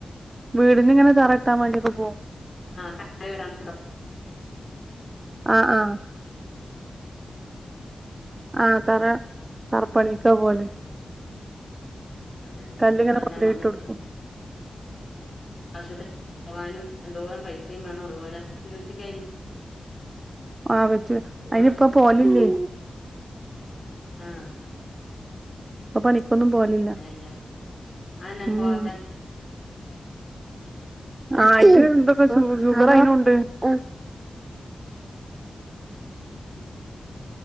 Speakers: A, on the right; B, on the left.
A: വീടിന് ഇങ്ങനെ തറ- <unintelligible> ത്താൻ വേണ്ടിയിട്ട് പോവു. -
B: ആ കാല് കെട്ടാൻ
A: ആഹ് ആ ആ തറ തറപ്പണിക്കപോല്-
B: അതെ അതെ
A: കല്ലിങ്ങനെ
B: ഷുഗറെല്ലാം
A: കൊണ്ടേയിട്ട് കൊടുക്കും-
B: ആശുത്രി പോകാനും എന്തോരം പൈസെയും വേണം അതുപോലെ ചികിത്സിക്കായരി
A: ആ അവാ
B: ഷുഗറൊക്കെ
A: അയിനിപ്പം പോലില്ലേ-
B: ആ
A: ഇപ്പം പണിക്കൊന്നും പോവലില്ല
B: ചെയ്യാൻ അതെന്നെ
A: ഉം
B: പോവാത്തെ
A: ആ ഇതിനു മുമ്പൊക്കെ ഷു ഷുഗറെക്കേ എങ്ങനെ ഒണ്ട്-
B: <unintelligible>